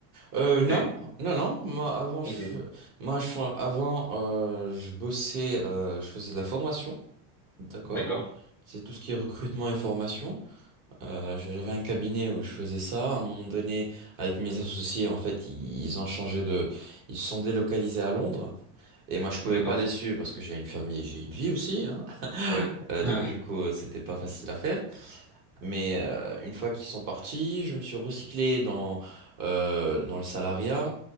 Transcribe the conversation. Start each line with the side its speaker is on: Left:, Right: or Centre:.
Right: Euh, non,
Centre: T'es-
Right: non, non. Moi, avant,
Centre: Ok,
Right: je, fais- moi, je, fais- avant, euh, je bossais, euh, je faisais de la formation, d'accord?
Centre: d'accord,
Right: C'est tout ce qui est recrutement et formation. Euh, je- j'avais un cabinet où je faisais ça. À un moment donné, avec mes associés, en fait, ils ont changé de, ils se sont délocalisés à Londres. Et moi, je pouvais
Centre: d'accord,
Right: pas les suivre parce que j'ai une famille, et j'ai une vie aussi, hein.
Centre: ouais.
Right: Euh,
Centre: <laughs>
Right: donc
Centre: Ouais.
Right: du coup, euh, c'était pas facile à faire. Mais euh, une fois qu'ils sont partis, je me suis recyclé dans, euh, dans le salariat.